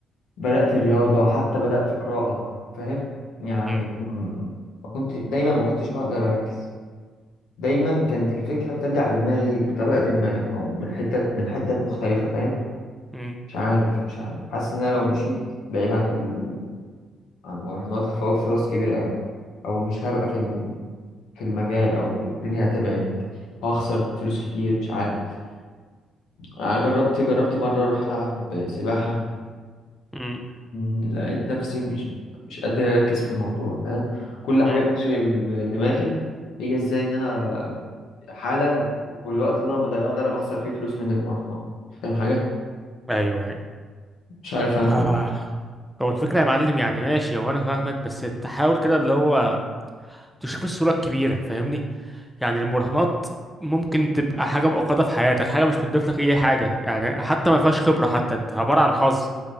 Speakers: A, on the left; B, in the centre.
A: بدات رياضة حتى بدات قراءة فاهم يعني
B: م-
A: م- ما كنت دايما ما كنتش بقدر اركز دايما كانت الفكرة بترجع في دماغي بطريقة ما او من حتة من حتة مختلفة فاهم
B: م-
A: مش عارف مش عارف حاسس ان انا لو مشيت بعيد عن ال... عن المراهنات هفوت فرص كبيرة أوي او مش هبقى في ال... في المجال او الدنيا هتبعد وهخسر فلوس كتير مش عارف أنا جربت جربت مرة أروح ألعب سباحة
B: م-
A: مم، لقيت نفسي مش مش قادر أركز في الموضوع فاهم كل حاجة
B: م.
A: بتشغل دماغي هي إزاي إن أنا حالا والوقت اللي أنا بضيعه ده أنا بخسر فيه فلوس من المراهنات فاهم حاجة
B: أيوه أيوه
A: مش عارف أعمل
B: آه.
A: إيه
B: هو الفكرة يا معلم يعني ماشي هو أنا فاهمك بس أنت حاول كده اللي هو تشوف الصورة الكبيرة فاهمني يعني المراهنات ممكن تبقى حاجة مؤقتة في حياتك حاجة مش بتضيف لك أي حاجة يعني حتى ما فيهاش خبرة حتى أنت عبارة عن حظ